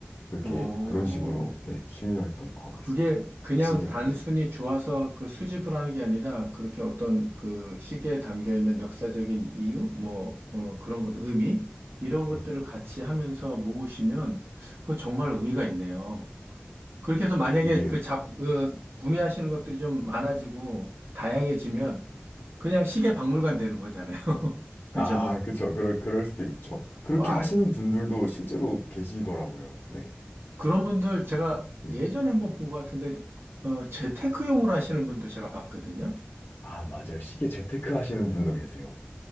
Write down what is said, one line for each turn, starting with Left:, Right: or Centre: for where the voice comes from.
Left: 그렇게
Right: 오.
Left: 그런 식으로 네 취미 활동하고
Right: 그게
Left: 있습니다.
Right: 그냥
Left: 시계로
Right: 단순히
Left: 네.
Right: 좋아서 그 수집을 하는 게 아니라 그렇게 어떤 그 시계에 담겨 있는 역사적인 이유, 뭐 어, 그런 것, 의미 이런 것들을
Left: 네.
Right: 같이 하면서 모으시면 그거 정말 의미가 있네요. 그렇게
Left: 네.
Right: 해서 만약에
Left: 이게
Right: 그 잡, 그 구매하시는 것들이 좀 많아지고 다양해지면 그냥 시계 박물관 되는 거잖아요. <laughs> 그죠?
Left: 아 그렇죠. 그럴 그럴 수도 있죠. 그렇게
Right: 와,
Left: 하시는 분들도 실제로 계시더라고요. 네.
Right: 그런 분들 제가
Left: 네.
Right: 예전에 한번 본 것 같은데 어, 재테크용으로 하시는 분도 제가 봤거든요.
Left: 아 맞아요. 시계 재테크 하시는 분도 계세요.